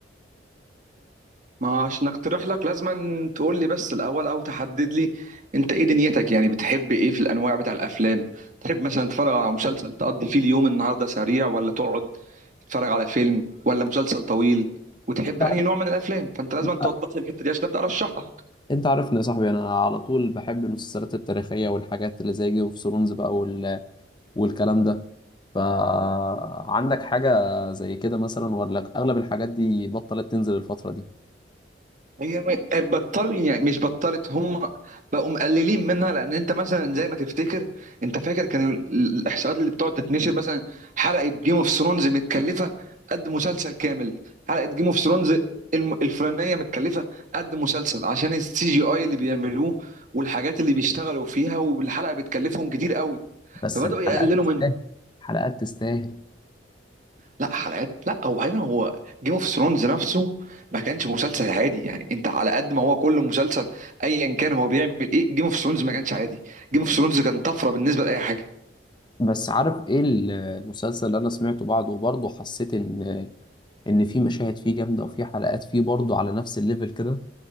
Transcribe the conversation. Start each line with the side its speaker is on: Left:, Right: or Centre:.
Right: ما عشان اقترح لك لازم تقول لي بس الاول او تحدد لي انت ايه دنيتك يعني بتحب ايه في الانواع بتاع الافلام تحب مثلا تتفرج على مسلسل تقضي فيه اليوم النهارده سريع ولا تقعد تتفرج على فيلم ولا مسلسل طويل وتحب
Left: يعني
Right: انهي نوع من الافلام فانت لازم
Left: انت
Right: توضح لي الحته دي عشان ابدا ارشح لك
Left: انت عارفني يا صاحبي انا على طول بحب المسلسلات التاريخيه والحاجات اللي زي جيم اوف ثرونز بقى وال... والكلام ده فعندك حاجه زي كده مثلا ولا اغلب الحاجات دي بطلت تنزل الفتره دي
Right: هي م- آه، بطلوا يعني مش بطلت هم بقوا مقللين منها لان انت مثلا زي ما تفتكر انت فاكر كان ال- الاحصاءات اللي بتقعد تتنشر مثلا حلقه جيم اوف ثرونز متكلفه قد مسلسل كامل حلقه جيم اوف ثرونز الفلانيه متكلفه قد مسلسل عشان السي جي اي اللي بيعملوه والحاجات اللي بيشتغلوا فيها والحلقه بتكلفهم كتير قوي
Left: بس
Right: فبداوا
Left: الحلقات
Right: يقللوا
Left: تستاهل
Right: منه
Left: الحلقات تستاهل
Right: لا حلقات لا هو هنا هو جيم اوف ثرونز نفسه ما كانش مسلسل عادي يعني انت على قد ما هو كل مسلسل ايا كان هو بيعمل ايه جيم اوف ثرونز ما كانش عادي جيم اوف ثرونز كان طفره بالنسبه لاي حاجه
Left: بس عارف ايه ال- المسلسل اللي انا سمعته بعده وبرضه حسيت ان ان في مشاهد فيه جامده وفي حلقات فيه برضه على نفس الليفل كده